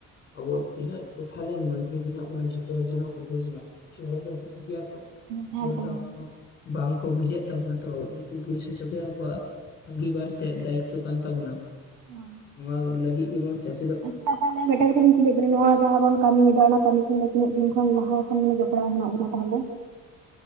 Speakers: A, on the left; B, on the right.
A: ᱟᱵᱚ ᱛᱤᱱᱟᱹᱜ ᱴᱚᱴᱷᱟᱨ ᱨᱮᱱ ᱢᱟᱹᱱᱢᱤ ᱢᱮᱱᱟᱜ ᱵᱚᱱᱟ ᱡᱷᱚᱛᱚ ᱦᱚᱲ ᱡᱮᱱᱚ ᱠᱚ ᱵᱩᱡᱽ ᱢᱟ᱾ ᱠᱤᱪᱷᱩ ᱦᱚᱲ ᱫᱚ ᱵᱩᱡᱽ ᱜᱮᱭᱟ ᱠᱚ
B: ᱮᱠᱫᱚᱢ
A: ᱠᱤᱪᱷᱩ ᱦᱚᱲ ᱫᱚ ᱵᱟᱝ ᱠᱚ ᱵᱩᱡᱮᱫ ᱛᱟᱵᱚᱱᱟ ᱛᱚ᱾ ᱩᱱᱠᱩ ᱵᱩᱡᱽ ᱦᱚᱪᱚ ᱜᱮ ᱟᱵᱚᱣᱟᱜ ᱟᱹᱜᱤᱵᱟᱨ ᱥᱮ ᱛᱮᱫ ᱫᱟᱭᱤᱛᱚ ᱠᱟᱱ ᱛᱟᱵᱚᱱᱟ᱾
B: <unintelligible>
A: ᱱᱚᱣᱟ ᱞᱟᱹᱜᱤᱫ ᱜᱮᱵᱚᱱ ᱥᱮᱪ-
B: ᱟᱪᱪᱷᱟ᱾ ᱛᱟᱦᱚᱞᱮ ᱢᱤᱫᱴᱟᱝ ᱠᱟᱛᱷᱟᱞᱤᱧ ᱠᱩᱞᱤᱭᱮᱫ ᱵᱮᱱᱟ ᱱᱚᱣᱟ ᱡᱟᱦᱟᱸ ᱵᱚᱱ ᱠᱟᱹᱢᱤᱭ ᱮᱫᱟ ᱚᱱᱟ ᱠᱟᱹᱢᱤ ᱠᱷᱚᱱ ᱫᱚ ᱛᱤᱱᱟᱹᱜ ᱫᱤᱱ ᱠᱷᱚᱱ ᱞᱟᱦᱟ ᱠᱷᱚᱱ ᱢᱟᱱᱮ ᱡᱚᱯᱲᱟᱣ ᱦᱮᱱᱟᱜ ᱵᱮᱱᱟ ᱛᱟᱦᱚᱞᱮ?